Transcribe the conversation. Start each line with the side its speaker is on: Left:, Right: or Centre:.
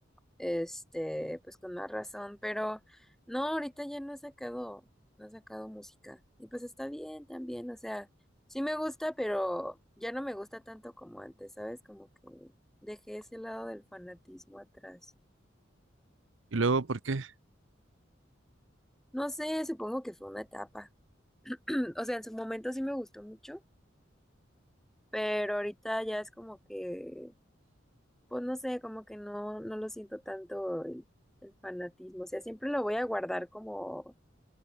Centre: Este, pues con más razón, pero no, ahorita ya no ha sacado, no ha sacado música. Y pues está bien también, o sea, sí me gusta, pero ya no me gusta tanto como antes, ¿sabes? Como que dejé ese lado del fanatismo atrás.
Right: Y luego, ¿por qué?
Centre: No sé, supongo que fue una etapa. <clears throat> O sea, en su momento sí me gustó mucho, pero ahorita ya es como que, pues no sé, como que no, no lo siento tanto el, el fanatismo. O sea, siempre lo voy a guardar como